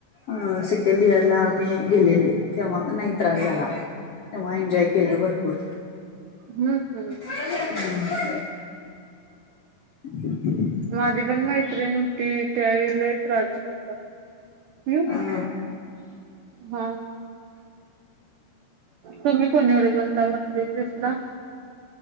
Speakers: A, on the left; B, on the right.
A: अ सेकंड इयरला मी गेलेले तेव्हा नाही त्रास झाला, तेव्हा एन्जॉय केलं भरपूर
B: हू हू,
A: हू, <inaudible>
B: माझी पण मैत्रीण होती त्यावेळी लई त्रास झालता. पियू
A: अ
B: हा हा, तुम्ही कुणीकड गेलता वन डे ट्रीपला?